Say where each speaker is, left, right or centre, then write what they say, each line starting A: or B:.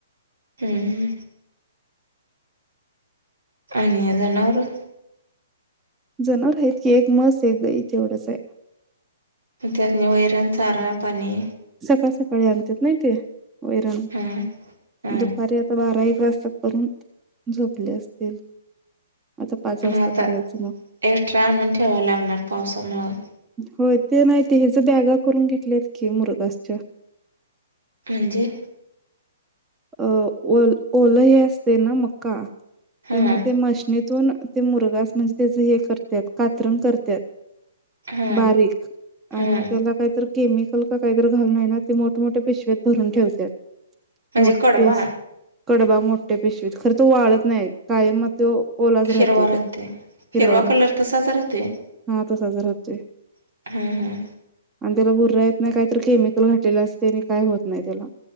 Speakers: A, on the right; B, on the right.
A: हुं हुं. आणि जनावरं.
B: जनावरं आहेत की एक म्हस, एक गाई आहे तेवढंच हाय.
A: त्यासनी वैरण, चारा, पाणी.
B: सकाळ सकाळी आणत्यात नाही ते, वैरण
A: हम्म हम्म
B: दुपारी आता बारा, एक वाजता करून झोपले असतील. आता पाच वाजता
A: मग आता
B: करायचं मग
A: एक्स्ट्रा आणून ठेवायला लागणार पावसामुळं
B: हो. ते नाही ते हेच बॅगा करून घेतल्यात की मुरघास च्या.
A: म्हणजे?
B: अ वल ओलं हे असते ना मक्का
A: हा
B: तेव्हा ते मशनीतून ते मुरगास म्हणजे त्याच हे करत्यात, कातरण करत्यात.
A: हा
B: बारीक
A: हा
B: आणि त्याला कायतर केमिकल का काहीतर घालून हाय ना ते मोठ-मोठ्या पिशव्यात भरून ठेवत्यात.
A: म्हणजे
B: मोठी
A: कडबा?
B: अशी कडबा मोठ्या पिशवीत खर तो वाळत नाही कायम तो ओलाच राहतोय
A: हिरवा राहते
B: त्यात हिरवा राहतो,
A: कलर तसाच राहते
B: हा. तसाच राहतो.
A: हा हा
B: आणि त्याला बूर बुरा येत नाही काही तर केमिकल घातलेलं असतय आणि काय होत नाही त्याला.